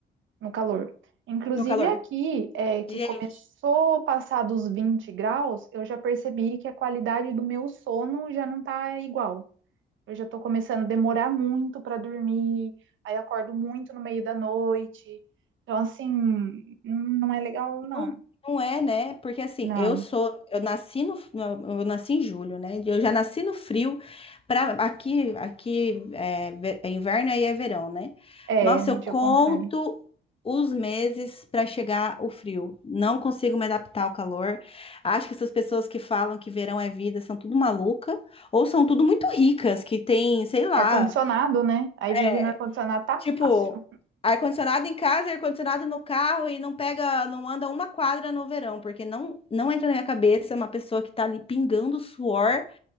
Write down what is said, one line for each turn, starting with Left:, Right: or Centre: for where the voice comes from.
Right: no calor. Inclusive
Left: No calor.
Right: aqui, é, que
Left: Gente,
Right: começou a passar dos 20 graus, eu já percebi que a qualidade do meu sono já não tá igual. Eu já tô começando a demorar muito para dormir, aí eu acordo muito no meio da noite. Então, assim, não é legal, não.
Left: não, não é, né? Porque assim,
Right: Não.
Left: eu sou, eu nasci no, eu nasci em julho, né? Eu já nasci no frio. Pra, aqui, aqui é, ve- é inverno aí é verão, né?
Right: É,
Left: Nossa,
Right: gente,
Left: eu conto
Right: é o contrário.
Left: os meses para chegar o frio. Não consigo me adaptar ao calor. Acho que essas pessoas que falam que verão é vida são tudo maluca ou são tudo muito ricas que tem, sei lá.
Right: Ar-condicionado, né? Aí vive
Left: é,
Right: no ar-condicionado tá
Left: Tipo,
Right: fácil.
Left: ar-condicionado em casa, ar-condicionado no carro e não pega, não anda uma quadra no verão, porque não, não entra na minha cabeça uma pessoa que tá ali pingando suor